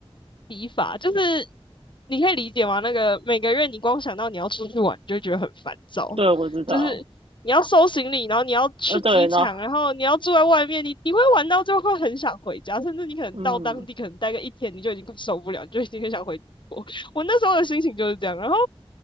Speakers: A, on the left (about 50°); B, on the right (about 65°).
A: 疲乏，就是你可以理解吗？那个每个月你光想到你要出去玩，你就会觉得很烦躁，
B: 对，我知道。
A: 就是你要收行李，然后你要去机场，
B: 呃，对，然后
A: 然后你要住在外面，你你会玩到最后会很想回家，甚至你可能到当地可能待个一天，
B: 嗯，
A: 你就已经快受不了，你就已经很想回国。<laughs> 我那时候的心情就是这样。然后，